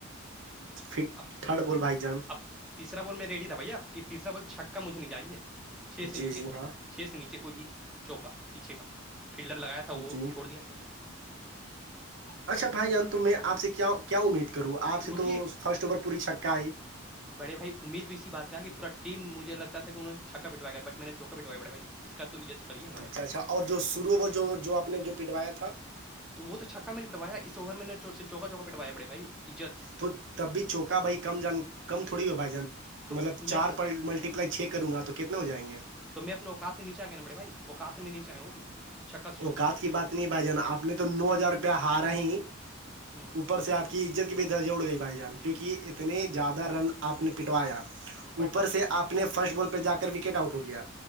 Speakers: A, on the right (about 60°); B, in the centre.
A: ف
B: اب
A: تھڑا بول بھائی جان
B: اب تیسرا بال میں ریڈی تھا بھیا کہ تیسرا بال چھکا مجھے نہیں جاہے چھ سے
A: جی
B: نیچے
A: جی ہاں
B: چھ سے نیچے کوئی بھی چوکا پیچھے کا کلڈر لگایا تھا وہ
A: جی
B: چھوڑ دیاچ
A: اچھا بھائی تو میں آپ سے کیا کیا امید کروں آپ سے
B: رکیے
A: تو فرسٹ اوور پوری چکا آئی
B: بڑے بھائی امید تو اسی بات کا کہ پورا ٹیم مجھے لگتا کہ انہوں چھکا پٹاائے گ بٹ میں نے چکا پٹوایا بڑے بھائی اس کا تو عزت کریے میرا
A: اچھا اچھا اور جو شرو وہ جو جو آپ نے جو پٹوایا تھا
B: تو وہ تو چھکا میں نے پٹویا اسوور میں نےر چوکا چوک پٹوایاڑے بھائی عزت
A: تو تب بھی چوکا بھائی کم جان کم تھوڑی ہو بھائی جان
B: تو
A: مطلب چار
B: میں اپنا
A: ملٹیپلائی چھ کروں گا تو کتنے ہو جائیں گے
B: تو میں اپنے اوقات نیے گیا ن بڑے بھائی اوقات میں نچے آئے ہوں بھی چھکا سے چوکا
A: اوقات کی
B: پھر
A: بات نہیں بھائی جان آپ نے تو نو ہزار روپیہ ہارا ہی
B: ہ ہ
A: اوپر سے آپ کی عزت کی بھی درج اٹ گئی بھائی جان کیوںکہ اتنے زیادہ رن آپ نے پٹوایا
B: بٹ
A: اوپر سے آپ نے فرسٹ بال پہ جا کر وکٹ آؤٹ ہو گیا